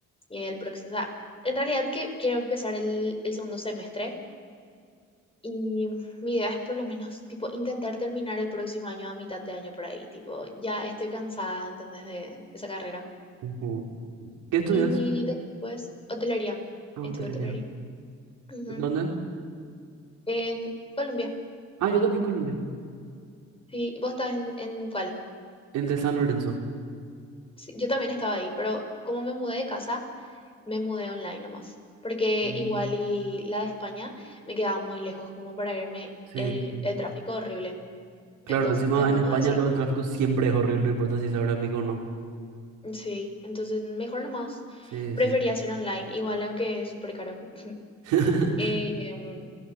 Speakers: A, on the left; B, on the right.
A: Y el próximo, o sea, en realidad que quiero empezar el, el segundo semestre y mi idea es por lo menos, tipo, intentar terminar el próximo año a mitad de año por ahí. Tipo, ya estoy cansada, ¿entendés? De esa carrera.
B: ujú. ¿Qué estudias?
A: Y después, hotelería.
B: Ah,
A: Estudio
B: hotelería.
A: hotelería. Ujú.
B: ¿En dónde?
A: En Colombia.
B: Ah, yo también en Colombia.
A: Sí, ¿vos estás en, en cuál?
B: En de San Lorenzo.
A: Sí, yo también estaba ahí, pero como me mudé de casa, me mudé online nomás. Porque
B: Mm,
A: igual y la de España me quedaba muy lejos, como para irme
B: sí,
A: el,
B: sí.
A: el tráfico horrible.
B: Claro,
A: Entonces
B: encima
A: me
B: en
A: mudé
B: España
A: así
B: lo del tráfico siempre es horrible, no importa si es ahora pico o no.
A: Sí, entonces mejor nomás.
B: Sí,
A: Prefería
B: sí.
A: hacer online, igual aunque es súper caro. <laughs>
B: <laughs>
A: Eh, em,